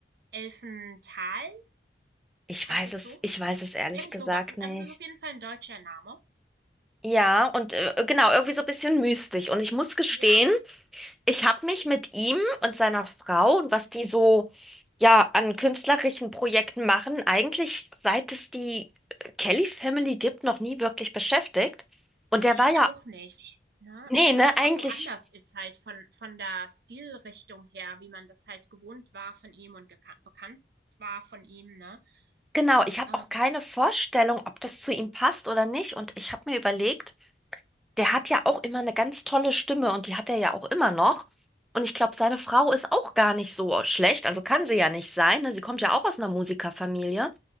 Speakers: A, on the right; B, in the centre.
A: Elfental?
B: Ich
A: Heißt
B: weiß
A: das
B: es,
A: so?
B: ich weiß es ehrlich
A: Irgend
B: gesagt
A: sowas.
B: nicht.
A: Also es ist auf jeden Fall ein deutscher Name.
B: Ja, und äh, genau, irgendwie so ein bisschen mystisch. Und ich muss gestehen,
A: Ja,
B: Ich habe mich mit ihm und seiner Frau und was die so ja an künstlerischen Projekten machen, eigentlich seit es die äh, Kelly Family gibt, noch nie wirklich beschäftigt. Und der
A: ich
B: war ja,
A: auch nicht. Ne?
B: nee,
A: Weil
B: ne,
A: das
B: eigentlich,
A: auch so anders ist halt von, von der Stilrichtung her, wie man das halt gewohnt war von ihm und gekan- bekannt war von ihm, ne?
B: genau, ich habe
A: Ähm,
B: auch keine Vorstellung, ob das zu ihm passt oder nicht. Und ich habe mir überlegt, der hat ja auch immer eine ganz tolle Stimme und die hat er ja auch immer noch. Und ich glaube, seine Frau ist auch gar nicht so schlecht, also kann sie ja nicht sein, ne? Sie kommt ja auch aus einer Musikerfamilie.